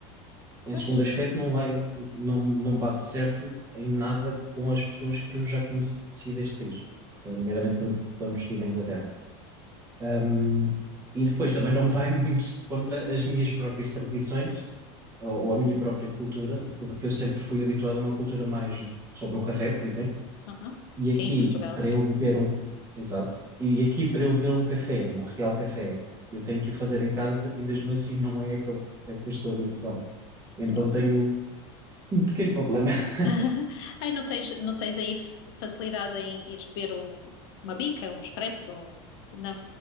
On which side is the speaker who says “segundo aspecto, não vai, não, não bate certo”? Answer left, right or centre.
Right